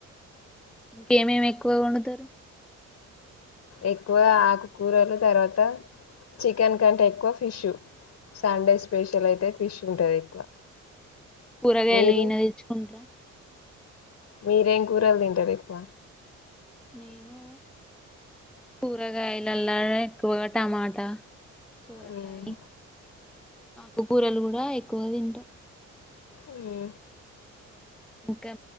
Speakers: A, in the centre; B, on the left (about 60°).
A: ఇంకేమేమి ఎక్కువగా వండుతారు
B: ఎక్కువ ఆకుకూరలు తర్వాత చికెన్ కంటే ఎక్కువ ఫిష్ సండే స్పెషల్ అయితే ఫిష్ ఉంటది ఎక్కువ
A: కూరగాయలు
B: మీరు
A: ఇడనే తెచ్చుకుంటార
B: మీరేం కూరలు తింటరు ఎక్కువ
A: మేము కూరగాయలలా ఎక్కువగా టమాటా సోరకాయ
B: ఉమ్
A: ఆకు కూరలు అ ఎక్కువ తింటాం
B: ఉహు
A: ఇంకా